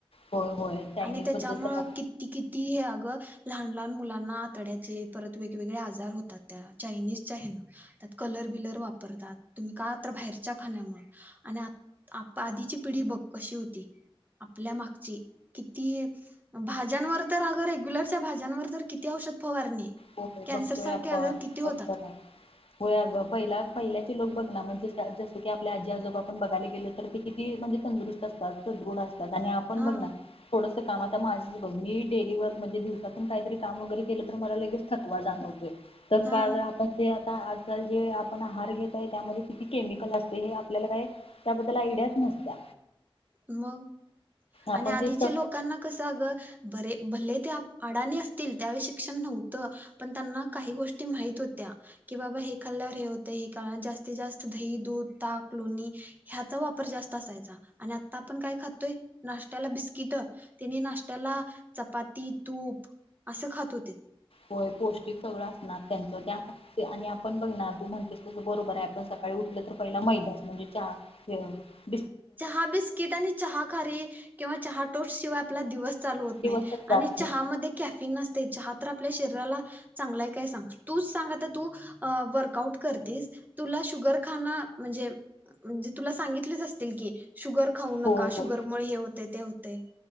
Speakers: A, on the left; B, on the right.
A: होय होय चायनीज
B: आणि त्याच्यामुळं
A: बद्दल तर
B: किती किती हे अग? लहान लहान मुलांना आतड्याचे परत वेगवेगळे आजार होतात त्या चायनीजच्या हेन त्यात कलर बिलर वापरतात तुम्ही का तर बाहेरच्या खाण्यामुळे आणि आ आप आधीची पिढी बघ कशी होती आपल्या मागची किती भाज्यांवर तर अगं रेग्युलरच्या भाज्यांवर तर किती औषध फवारणी
A: होय
B: कॅन्सर
A: बघतोय
B: सारखे
A: आपण
B: आजार किती होतात
A: <unintelligible> होय अगं पहिला पहिल्याचे लोक बघ म्हणजे <unintelligible> जसं की आपल्या आजी आजोबा आपण बघायला गेलो तर ते किती म्हणजे तंदुरुस्त असतात सदृढ अस तात आणि आपण
B: हा
A: बघ ना थोड स काम आता माझंच बघ मी डेली वर्क म्हणजे दिवसातून काहीतरी काम वगैरे केलं तर मला लगेच थकवा जाणवतोय. तर
B: हा
A: का जर आपण ते आता आजकाल जे आपण आहार घेत आहे त्यामध्ये किती केमिकल असते हे आपल्याला काय त्याबद्दल आयडियाच नसत्या.
B: मग?
A: आपण
B: आणि आधीच्या
A: ते चव
B: लोकांना कसं अगं बरे भले ते अडाणी असतील त्यावेळी शिक्षण नव्हतं पण त्यांना काही गोष्टी माहित होत्या की बाबा हे खाल्ल्यावर हे होतं हे <unintelligible> जास्तीत जास्त दही, दूध, ताक, लोणी ह्याचा वापर जास्त असायचा. आणि आता आपण काय खातोय नाष्ट्याला बिस्किट त्याने नाष्ट्याला चपाती तूप असं खात होतीत.
A: होय पौष्टिक सगळं असणार त्यांचं त्या आणि आपण बघ ना तू म्हणतेस तसं बरोबर आहे आपण सकाळी उठलं तर पहिला मैदाच म्हणजे चहा <unintelligible>
B: चहा बिस्किट आणि चहा खारी किंवा चहा टोस्टशिवाय आपला दिवस चालू होत
A: दिवसच
B: नाही
A: जात
B: आणि
A: नाही
B: चहा मधे कँफीन असतय. चहा तर आपल्या शरीराला चांगल हाय काय सांग? तुच सांग आता, तू अ अ वर्कआउट करतीस, तुला शुगर खाण म्हणजे म्हणजे तुला सांगीतलीच अस तील की, शुगर खाऊ नका.
A: होय होय
B: शुगर मुळे हे होतय, ते होतय.